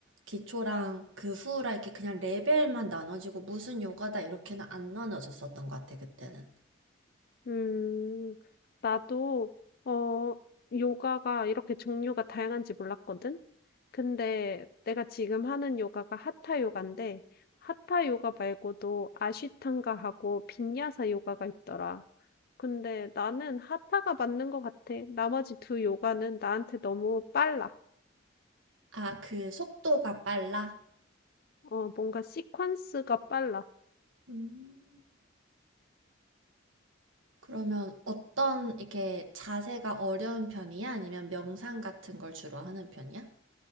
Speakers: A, on the right; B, on the left.
A: 기초랑 그 후라 이렇게 그냥 레벨만 나눠지고 무슨 요가다 이렇게는 안 나눠졌었던 것 같아, 그때는.
B: 음, 나도, 어, 요가가 이렇게 종류가 다양한지 몰랐거든? 근데 내가 지금 하는 요가가 하타 요가인데, 하타 요가 말고도 아쉬탕가하고 빈야사 요가가 있더라. 근데 나는 하타가 맞는 것 같아. 나머지 두 요가는 나한테 너무 빨라.
A: 아, 그 속도가 빨라?
B: 어, 뭔가 시퀀스가 빨라.
A: 음. 그러면 어떤 이렇게 자세가 어려운 편이야? 아니면 명상 같은 걸 주로 하는 편이야?